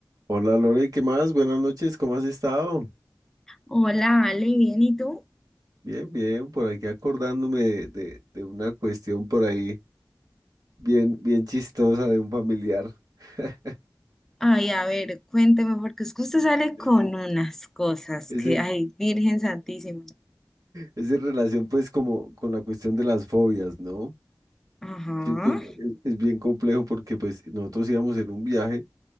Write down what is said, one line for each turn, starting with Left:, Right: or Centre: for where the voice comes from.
Right: Hola Lore, ¿qué más? Buenas noches, ¿cómo has estado?
Centre: Hola, Ale, bien, ¿y tú?
Right: Bien, bien, por aquí acordándome de, de- de una cuestión por ahí bien, bien chistosa de un familiar. <laughs>
Centre: Ay, a ver, cuénteme, porque es que usted sale
Right: Es
Centre: con
Right: en,
Centre: unas cosas
Right: es
Centre: que,
Right: en-
Centre: ay, Virgen Santísima.
Right: es en relación pues como con la cuestión de las fobias, ¿no?
Centre: Ajá,
Right: Sí, porque es, es bien complejo porque pues nosotros íbamos en un viaje